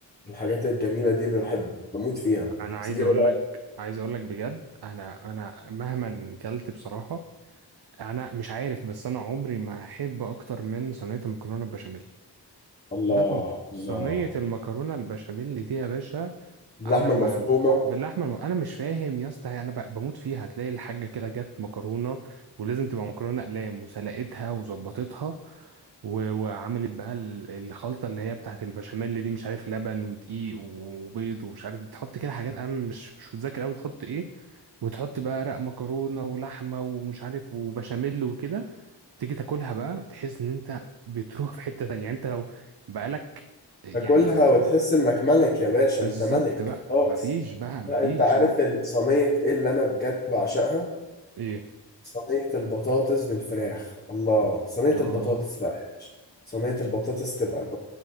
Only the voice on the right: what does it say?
انا
عايز اقول
لك عايز اقول لك بجد انا انا مهما كلت بصراحه انا مش عارف بس انا عمري ما هحب اكتر من صينيه المكرونه البشاميل
صينيه المك- صينية
المكرونه البشاميل دي يا باشا
انا ما
باللحمه الم... انا مش فاهم يا اسطى انا ب... بموت فيها هتلاقي الحاجه كده جت مكرونه ولازم تبقى مكرونه اقلام وسلقتها وظبطتها و... وعملت بقى ال- الخلطه اللي هي بتاعت البشاميل اللي دي مش عارف لبن ودقيق وبيض ومش عارف بتحط كده حاجات انا مش مش متذكر قوي تحط ايه وتحط بقى رق مكرونه ولحمه ومش عارف وبشاميل وكده تيجي تاكلها بقى تحس ان انت بتروح في حته تانية يعني انت لو بقالك يعني
بالظبط
بقى
مفيش بقى مفيش
لا لا
ايه
اه